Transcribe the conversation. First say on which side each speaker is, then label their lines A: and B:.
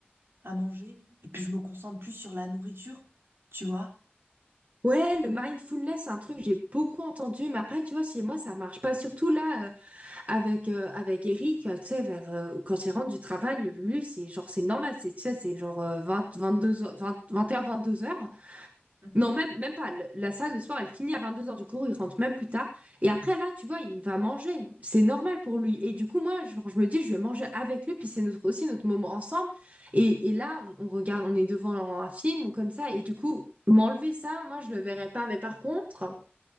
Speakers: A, on the right; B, on the right.
A: à manger. Et puis je me concentre plus sur la nourriture, tu vois.
B: Ouais, le mindfulness, c'est un truc que j'ai beaucoup entendu, mais après, tu vois, chez moi, ça marche pas. Surtout là, euh, avec euh, avec Eric, euh, tu sais, vers euh, quand il rentre du travail, lui, c'est genre c'est normal, c'est tu sais, c'est genre vingt vingt 22 heures, 20, 22 heures.
A: Mhm.
B: Non, même, même pas. Le- la salle de sport, elle finit à vingt-deux heures du cours, il rentre même plus tard. Et après, là, tu vois, il va manger. C'est normal pour lui. Et du coup, moi, genre, je me dis, je vais manger avec lui, puis c'est notre, aussi notre moment ensemble. Et, et là, on, on regarde, on est devant un film ou comme ça. Et du coup, m'enlever ça, moi, je le verrais pas. Mais par contre,